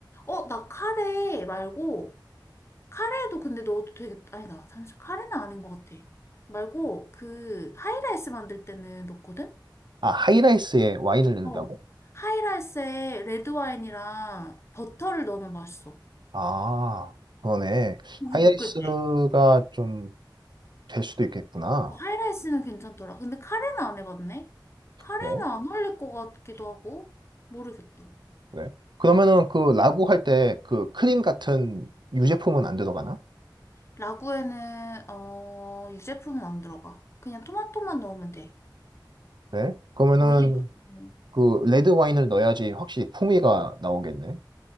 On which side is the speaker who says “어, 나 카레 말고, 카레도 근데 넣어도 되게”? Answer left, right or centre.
Left